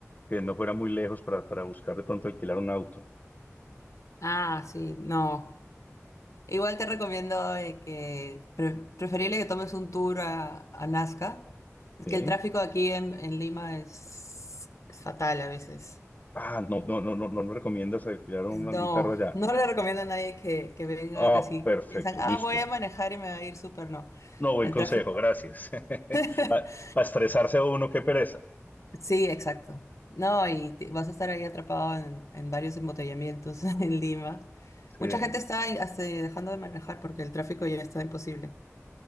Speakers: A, on the left; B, on the left.
A: que no fuera muy lejos para, para buscar de pronto alquilar un auto.
B: ah, sí, no. Igual te recomiendo eh, que pre- preferible que tomes un tour a, a Nazca. Es
A: ¿Sí?
B: que el tráfico aquí en, en Lima es es fatal a veces.
A: Ah, no, no, no, no, no nos recomiendas alquilar un,
B: No,
A: un carro allá.
B: <laughs> no le recomiendo a nadie que, que venga
A: Ah,
B: casi,
A: perfecto,
B: que piensan, ah,
A: listo.
B: voy a manejar y me va a ir súper, no.
A: No, buen
B: El
A: consejo,
B: tráfico.
A: gracias. <laughs>
B: <laughs>
A: Para estresarse uno, qué pereza.
B: Sí, exacto. No, y te- vas a estar ahí atrapado en, en varios embotellamientos <laughs> en Lima.
A: Sí,
B: Mucha gente está ahí hasta dejando de manejar porque el tráfico ya está imposible.